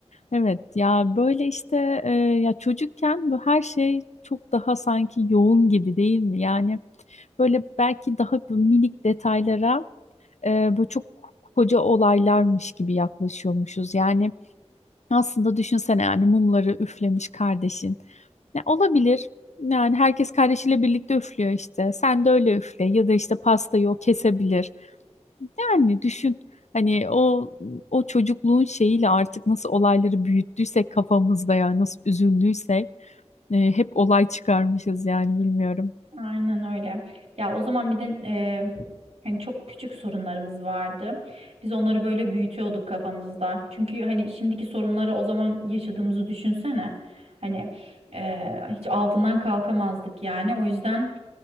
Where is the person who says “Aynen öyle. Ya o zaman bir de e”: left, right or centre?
Right